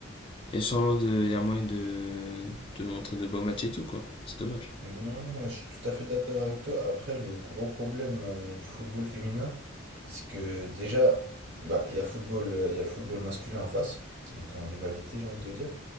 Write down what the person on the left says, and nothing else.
il y a sûrement de, il y a moyen de, de montrer de beaux matchs et tout quoi. C'est dommage.